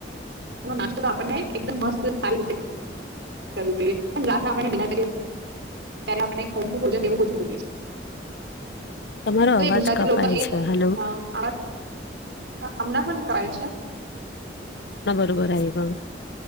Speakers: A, on the right; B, on the left.
A: નાસ્તો તો આપણને એકદમ મસ્ત સારી રીતે કરવું જોઈએ પણ રાત આપનેના ડિનર કરીએ ત્યારે આપ હલકું ભોજન એવું બ જરૂરી છે.
B: તમારો
A: તો
B: અવાજ
A: એ ગુજરાતી
B: કપાય
A: લોકોક એક
B: છે હલો
A: હ હમણાં પણ કહે છે.
B: વ રાય વા.